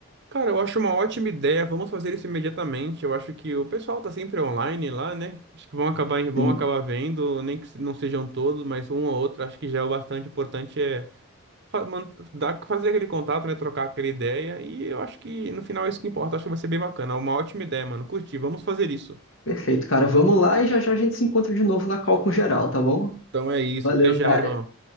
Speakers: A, on the right; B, on the left.
A: Cara, eu acho uma ótima ideia. Vamos fazer isso imediatamente. Eu acho que o pessoal tá sempre online lá, né? Acho que vão acabar, vão
B: Sim.
A: acabar vendo, nem que se- não sejam todos, mas um ou outro. Acho que já é o bastante importante é fa- man- dar, fazer aquele contato, né? Trocar aquela ideia. E eu acho que no final é isso que importa. Acho que vai ser bem bacana. Uma ótima ideia, mano. Curti. Vamos fazer isso.
B: Perfeito, cara. Vamos lá e já já a gente se encontra de novo na call com geral, tá bom?
A: Então é isso.
B: Valeu,
A: Até já,
B: cara.
A: irmão.